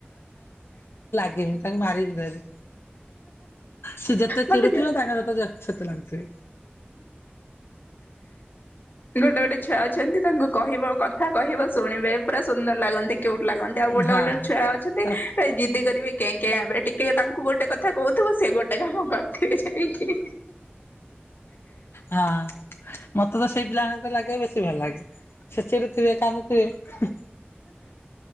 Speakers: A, on the left; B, on the left.
A: <unintelligible> ତାଙ୍କୁ ମାରିବି ଧରି। ସେ ଯେତେ
B: ମତେ
A: ଚିଡୁଥିବ ମୁଁ ତାଙ୍କ ହାତ ଯେ ସେତେ ଲାଗୁଥିବି।
B: <inaudible> ଗୋଟେ ଗୋଟେ ଛୁଆ ଅଛନ୍ତି ତାଙ୍କୁ କହିବ କଥା କହିବ ଶୁଣିବେ ପୁରା ସୁନ୍ଦର ଲାଗନ୍ତି। କ୍ୟୁଟ ଲାଗନ୍ତି। ଆଉ ଗୋଟେ
A: ହଁ।
B: ଛୁଆ ଅଛନ୍ତି
A: ତାକ୍
B: ଏଇ ଜିଦି କରିବେ କେଁ କେଁ ଏବେ ଟିକେ ତାଙ୍କୁ ଗୋଟେ କଥା କହୁଥୁବୁ ସେ ଗୋଟେ କାମ କରିଥିବେ ଯାଇକି।
A: ହଁ। ମୋତେ ତ ସେଇ ପିଲାଙ୍କ ସହିତ ଲାଗିବାକୁ ବେଶ ଭଲ ଲାଗେ। ସେ ଚିଡୁ ଥିବେ କାନ୍ଦୁ ଥବେ।